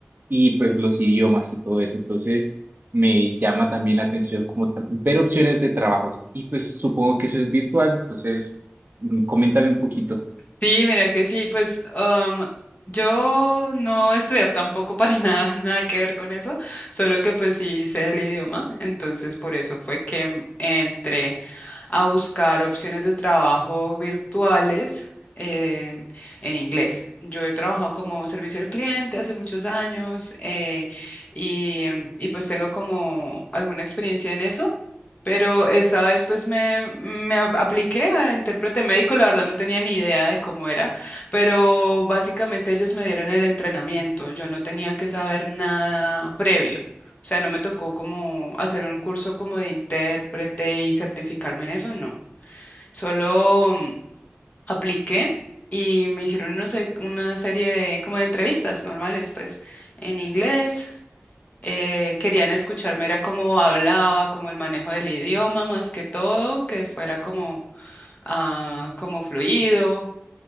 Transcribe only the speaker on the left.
Sí, mira que sí, pues um, yo no estudié tampoco para nada, <laughs> nada que ver con eso, solo que pues sí sé el idioma, entonces por eso fue que m- entré. a buscar opciones de trabajo virtuales em, en inglés. Yo he trabajado como servicio al cliente hace muchos años eh, y, em, y pues tengo como alguna experiencia en eso. Pero esta vez pues me, me ap- apliqué a intérprete médico, la verdad no tenía ni idea de cómo era, pero básicamente ellos me dieron el entrenamiento, yo no tenía que saber nada previo, o sea, no me tocó como hacer un curso como de intérprete y certificarme en eso, no, solo mm, apliqué y me hicieron no sé, una serie de como de entrevistas normales pues en inglés eh, querían escucharme, era cómo hablaba, como el manejo del idioma, más que todo, que fuera como, ah, como fluido.